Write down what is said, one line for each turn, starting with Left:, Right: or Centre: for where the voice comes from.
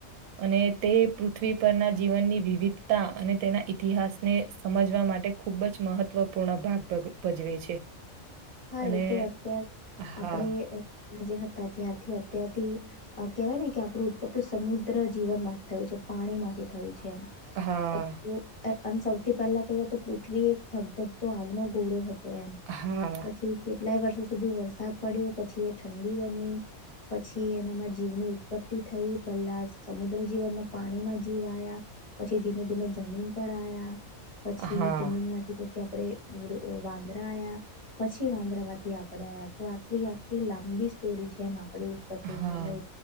Right: અને તે પૃથ્વી પરના જીવનની વિવિધતા અને તેના ઈતિહાસને સમજવામાં માટે ખૂબ જ મહત્વપૂર્ણ ભાગ ભજવે છે
Left: હા
Right: અને
Left: એ તો અત્યાર
Right: હા
Left: આપડે જે હતા અ્યારથી અત્યારથી કેવાય ને કે આપણું ઉત્પત્તિ સમુદ્ર જીવન માંથી થયું છે પાણી માંથી થયું છે
Right: હા
Left: એ અને સૌથી પહેલા કહીએ તો પૃથ્વી એક ધગ ધકતો આગનો ગોરો હતો એમ
Right: હા
Left: પછી કેટલાય વર્ષો સુધી વરસાદ પડ્યો પછી એ ઠંડી બની પછી એનામાં જીવની ઉત્પત્તિ થઈ પેલા સમુદ્ર જીવનમાં પાણીમાં જીવ આવ્યા પછી ધીમે ધીમે જમીન પર આવ્યા પછી
Right: હા
Left: જમીન માંથી પછી આપણેે વાંદરા આયા પછી વાંદરામાંથી આપડે તો આટલી આખી લાંબી સ્ટોરી જેમ આપડે ઉપતે
Right: હા
Left: ન એ અને